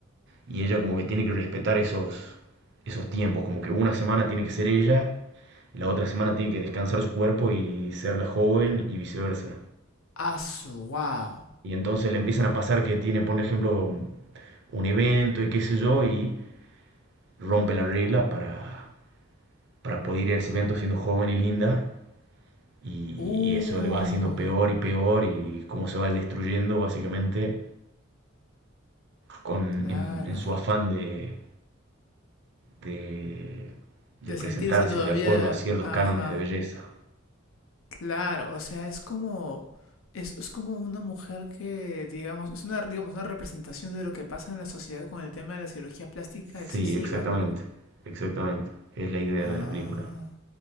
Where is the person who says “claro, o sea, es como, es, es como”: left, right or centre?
Left